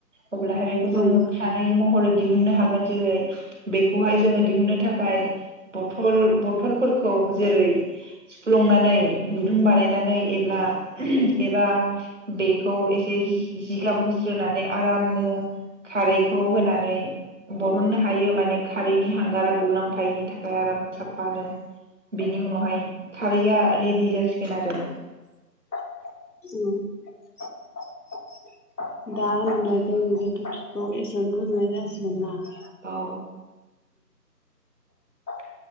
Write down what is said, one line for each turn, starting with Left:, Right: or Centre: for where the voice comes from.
Right: अब्लाहाय जोङो
Left: उम
Right: खारै महरै दिहुननो हागोन जेरै बेखौहाय जोङो दिहुननो थाखाय बथल बथलफोरखौ जेरै सुफ्लंनानै गुदुं बानायनानै एब्ला एबा बेखौ एसे जि-जिगाब होस्रोनानै आरामनो खारै खौ होनानै बरहननो हायो माने खारैनि हांगारा गुलांफायैनि थाखाय आराम साबफानो बिनि उनावहाय खारैया रेडि जासिगोन आरो।
Left: <inaudible> <unintelligible> खौ
Right: जोङो
Left: एसेयावनो फोजोबनाय जासिगोन ना।
Right: औ।
Left: औ।
Right: <inaudible>